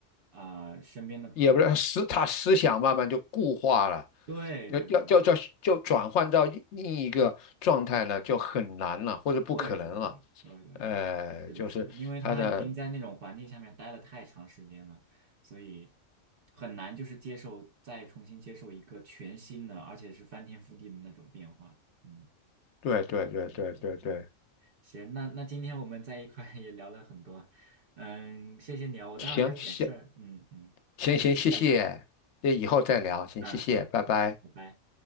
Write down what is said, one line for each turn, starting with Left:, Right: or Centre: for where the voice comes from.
Right: 啊、身边的朋友，
Left: 也不是思他思想慢慢就固化了。
Right: 对对对对
Left: 要要要要就转换到另另一个状态了，就很难了，或者不可能了。
Right: 对对对对对对，
Left: 呃，
Right: 是的，
Left: 就是他的
Right: 是的，因为他已经在那种环境下面待了太长时间了，所以很难就是接受，再重新接受一个全新的，而且是翻天覆地的那种变化。嗯，
Left: 对对对对对对，
Right: 对对对，嗯，行，那那今天我们在一块也聊了很多，嗯，谢谢你啊，我待会儿还有点事儿，
Left: 行，行
Right: 嗯嗯，
Left: 行行，
Right: 我们下次再聊吧，
Left: 谢谢，那以后再聊，行，
Right: 嗯嗯，
Left: 谢谢，拜拜。
Right: 好，拜拜。